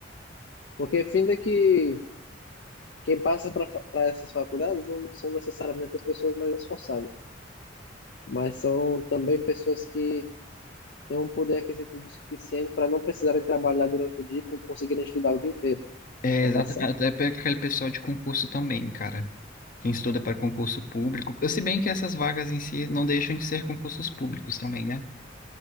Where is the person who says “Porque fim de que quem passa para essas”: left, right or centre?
Left